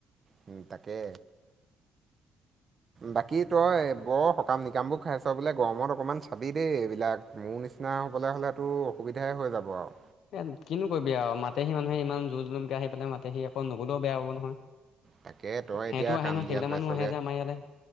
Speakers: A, on the right; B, on the left.
A: স তাকে বাকী তই বৰ সকাম নিকামবোৰ খাইছ বোলে গৰমত অকণমান চাবি দেই এইবিলাক মোৰ নিচিনা হ'বলৈ হ'লেতো অসুবিধাই হৈ যাব আৰু
B: এ কিনো কৰিবি আৰু মাতেহি মানুহে ইমান জুজ জলোমকে আহি পেলাই মাতে সি অকল নগলেও বেয়া হ'ব নহয়
A: তাকে তই
B: সিহতো
A: এতিয়া
B: আহে
A: কামদিয়াল
B: নহয় সেইবিলাক
A: পাইছগৈ।
B: মানুহ আহে যে আমাৰ ইয়ালৈ